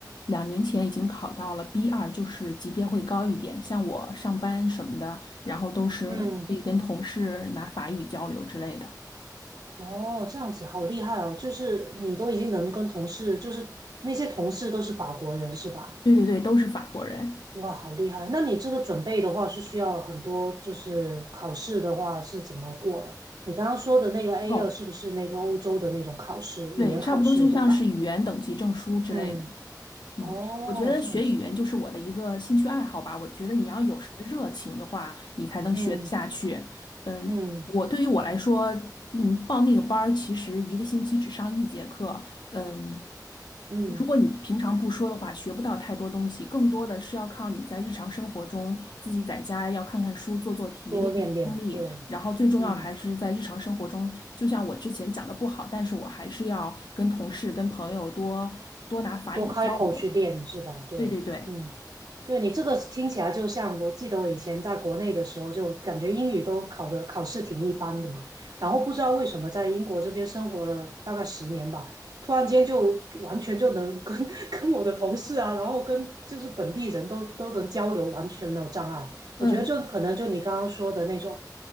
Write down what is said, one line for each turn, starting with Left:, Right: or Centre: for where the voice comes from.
Left: 两年前已经考到了 b 二，就是级别会高一点。像我上班什么的，然后都是可以跟同事拿法语交流之类的。
Right: 嗯，哦，这样子好厉害哦！就是你都已经能跟同事，就是那些同事都是法国人是吧？
Left: 对对对，都是法国人。
Right: 哇，好厉害！那你这个准备的话是需要很多，就是考试的话是怎么过的？你刚刚说的那个 a
Left: 哦，
Right: 二是不是那个欧洲的那种考试，
Left: 对，
Right: 语言考试，
Left: 差不多就像是语言等级证书之类的。
Right: 对吧？嗯，
Left: 嗯，
Right: 哦，
Left: 我觉得学语言就是我的一个兴趣爱好吧。
Right: 这样子，
Left: 我觉得你要有什么热情的话，你才能学得下去。
Right: 嗯
Left: 嗯，
Right: 嗯嗯
Left: 我对于我来说，嗯，报那个班儿其实一个星期只上一节课。嗯，
Right: 嗯嗯，
Left: 如果你平常不说的话，学不到太多东西，更多的是要靠你在日常生活中自己在家要看看书、做做题、
Right: 多练练，
Left: 练练听力，
Right: 对，
Left: 然后最重要还是在日常生活中，
Right: 嗯。
Left: 就像我之前讲的不好，但是我还是要跟同事、跟朋友多多拿法语交流。
Right: 多开口去练是吧？对，
Left: 对对对，
Right: 嗯，对你这个听起来就像，我记得我以前在国内的时候，就感觉英语都考的考试挺一般的嘛，然后不知道为什么在英国这边生活了大概十年吧，突然间就完全就能跟 <laughs> 跟我的同事啊，然后跟就是本地人都都能交流，完全没有障碍。
Left: 嗯，
Right: 我觉得就可能就你刚刚说的那种，